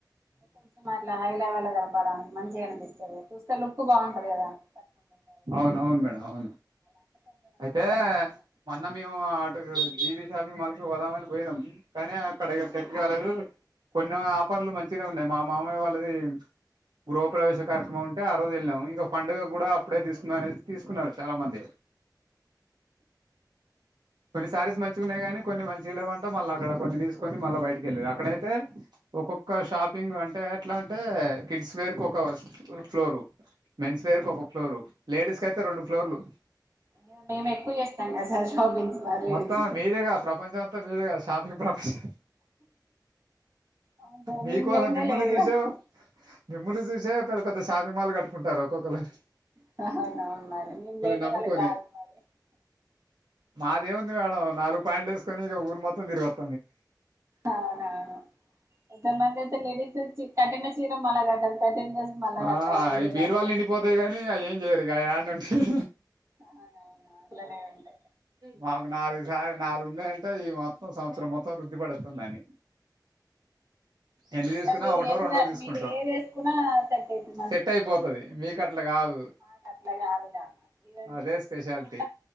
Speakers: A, on the right (about 40°); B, on the right (about 65°).
A: కొంచెం అట్లా హై లెవెల్ కనపడడానికి మంచిగా అనిపిస్తది చూస్తే లుక్ బాగుంటది కదా కట్టుకుంటారు కదా
B: అవును అవును మేడం అవును
A: అంటే కొంతమంది
B: అయితే
A: ఇష్టం అన్నమాట.
B: మొన్న మేము అటు జీవీ షాపింగ్ మాల్ కు పోదామని పోయినాం కానీ అక్కడ ఇగ సెట్ కాలేదు కొన్ని ఆఫర్లు మంచిగానే ఉన్నాయి మా మామయ్య వాళ్ళది గృహ ప్రవేశ కార్యక్రమం ఉంటే ఆ రోజు వెళ్ళాము ఇంక పండుగ కూడా అప్పుడే తీసుకుందాం అనేసి తీసుకున్నారు చాలా మంది కొన్ని సారీస్ మంచిగా ఉన్నాయి కానీ కొన్ని మంచిగా లేవంట మళ్ళీ అక్కడ కొన్ని తీసు కొన్ని మళ్ళా బయటికెళ్ళి అక్కడ అయితే ఒక్కొక్క షాపింగ్ అంటే ఎట్లా అంటే కిడ్స్ వేర్ కు ఒక ఫ్లోరు మెన్స్ పేరుకు ఒక ఫ్లోరు లేడీస్ కి అయితే రెండు ఫ్లోర్లు
A: ఇగ మేము ఎక్కువ చేస్తాం కదా సార్ షాపింగ్స్ మా లేడీస్
B: మొత్తం మీదేగా ప్రపంచం అంతా మీదేగా షాపింగ్ ప్రపంచం
A: అవును సార్
B: నీ
A: మేము
B: కోసం
A: లేనిదే
B: మిమ్మల్ని
A: లేదు
B: చూసా
A: కదా
B: మిమ్మల్ని చూసా జే పెద్ద పెద్ద షాపింగ్ మాల్ కట్టుకుంటారు ఒక్కొక్కలు అయితే
A: తా హాండ ఉన్నారు నేను లేక
B: నమ్ముకొని
A: అల్లకు గాదు మరి
B: అది ఏం ఉంది మేడం నాలుగు పాంట్లు వేసుకని ఇక ఊరు మొత్తం తిరుగచ్చు
A: అవునా ఇంకా మనదైతే లేడిస్ వచ్చి కట్టిన చీర మల్ల కట్టరు, కట్టిన డ్రెస్ మల్ల
B: ఆ
A: కట్ట
B: ఈ
A: హరో
B: బీరువాలు నిండిపోతాయి గని అయి ఏం చేయరు, ఆ యాడనే ఉంటాయి
A: అవునవును అట్లనే ఉంటాయి
B: మాకు నాలుగు సారి నాలుగు ఉన్నాయంటే, ఈ మొత్తం సంవత్సరం మొత్తం రుద్ధి పడెత్ ఇత్తందని ఎన్ని తీసుకున్నా
A: అంటే మీరు
B: ఒకటో
A: ఏది
B: రెండో
A: కా
B: తీసుకుంటాం,
A: మీరు ఏది వేసుకున్నా సెట్ అవుతుంది
B: సెట్ అయిపోతది మీకు అట్ల కాదు.
A: నాకు అట్లా కాదుగా ఇవన్న
B: అదే
A: తీసుకుందామంటే
B: స్పెషాలిటీ